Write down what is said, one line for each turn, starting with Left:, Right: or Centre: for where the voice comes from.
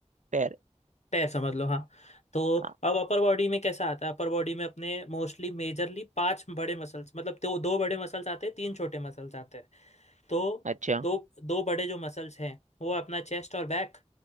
Right: पैर
Left: पैर समझ लो हाँ तो
Right: हाँ,
Left: अब अपर बॉडी में कैसा आता है अपर बॉडी में अपने मोस्टली मेजरली पांच बड़े मसल्स मतलब दो दो बड़े मसल्स आते हैं तीन छोटे मसल्स आते हैं तो
Right: अच्छा
Left: दो दो बड़े जो मसल्स हैं वो है अपना चेस्ट और बैक